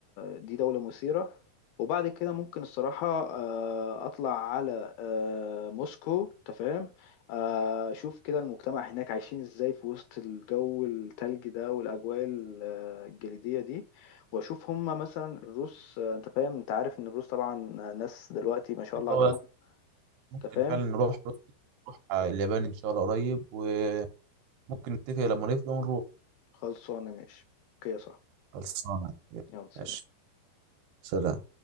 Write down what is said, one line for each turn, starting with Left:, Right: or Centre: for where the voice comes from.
Left: دي دولة مثيرة وبعد كده ممكن الصراحة آه، أطلع على آه، موسكو تفهم آه، اشوف كده المجتمع هناك عايشين ازاي في وسط الجو التلج ده والاجواء ال- آه، الجليديه دي واشوف هما مثلا الروس آه، انت فاهم انت عارف ان الروس طبعا ناس دلوقتي ما شاء
Right: حلو،
Left: الله عليهم
Right: ممكن
Left: انت فاهم
Right: فعلا نروح روسيا نروح اليابان ان شاء الله قريب وممكن نتفق لما نفضى ونروح
Left: خلصانه ماشي اوكي يا صاحبي
Right: خلصانه
Left: يلا سلام
Right: ماشي سلام